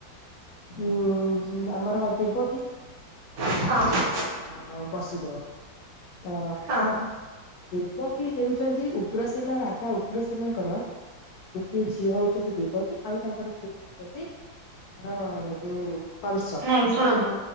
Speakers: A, on the left (about 75°); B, on the right (about 55°).
A: ଉଁ ଆମର ଦେବକି।
B: ହଁ।
A: ଆଉ ବସୁଦେବ ତ
B: ଆଉ
A: ଦେବକି ହେଉଛନ୍ତି ଉଗ୍ରସେନ ରାଜା ଉଗ୍ରସେନ ଙ୍କର ଯ ଝିଅ ହଉଛନ୍ତି ଦେବକୀ ଆଉ ତାଙ୍କର ପୁଅ ହଉଛନ୍ତି ମର ଯୋଉ କଂସ
B: ନାଇଁ ଶୁଣନ୍ତୁ